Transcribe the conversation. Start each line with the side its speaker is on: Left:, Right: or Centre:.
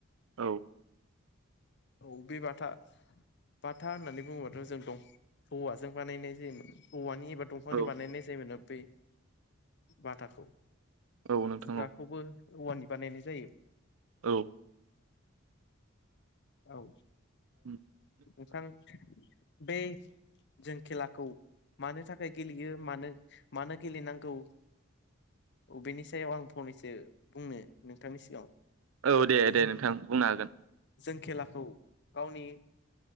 Right: औ
Left: औ बे बाथा बाथा होननानै बुङोबाथ' जों दं औवाजों बानायनाय जायोमोन औवानि एबा दंफांनि
Right: औ
Left: बानायनाय जायमोन बे बाथाखौ
Right: औ नोंथां
Left: बुग्राखौबो
Right: औ
Left: औवानि बानायनाय जायो
Right: औ
Left: औ ओ
Right: उम
Left: नोंथां बै जों खेलाखौ मानो थाखाय गेलेयो मानो मानो गेलेनांगौ अ बेनि सायाव आं फनैसो बुंनो नोंथांनि सिगाङाव
Right: औ दे दे
Left: जों
Right: नोंथां बुंनो हागोन
Left: जों खेलाखौ गावनि